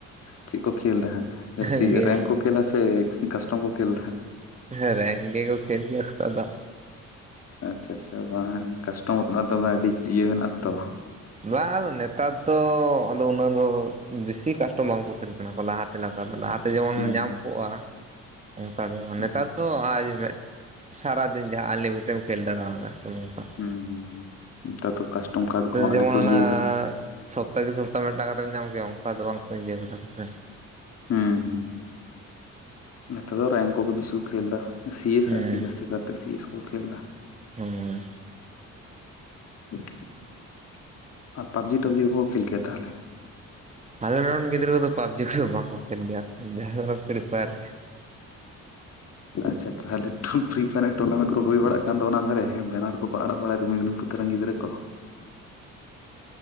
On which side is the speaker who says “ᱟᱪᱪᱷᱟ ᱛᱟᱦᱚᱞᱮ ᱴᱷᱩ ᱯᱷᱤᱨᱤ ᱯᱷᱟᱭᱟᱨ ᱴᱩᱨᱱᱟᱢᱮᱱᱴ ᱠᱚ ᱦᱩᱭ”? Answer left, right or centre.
Left